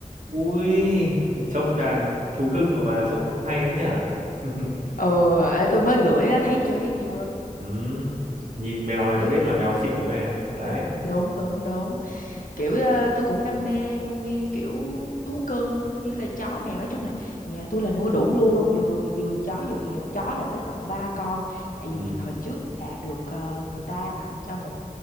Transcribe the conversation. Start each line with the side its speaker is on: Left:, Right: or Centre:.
Right: Ui, trông đàn thú cưng của bà trông hay ấy nhỉ? <laughs>
Left: ờ ê, tôi mới gửi á thấy chưa thấy chưa
Right: Ừm, nhìn mèo này
Left: dễ
Right: là biết
Left: thương
Right: là mèo xịn rồi này. Đấy.
Left: đúng đúng đúng kiểu ờ, tôi cũng đam mê nuôi kiểu thú cưng như là chó mèo nói chung là nhà tôi là nuôi đủ luôn vừa vừa chó vừa mèo chó là tới tận ba con tại
Right: Ừm,
Left: vì hồi trước là được ờ, người ta tặng cho một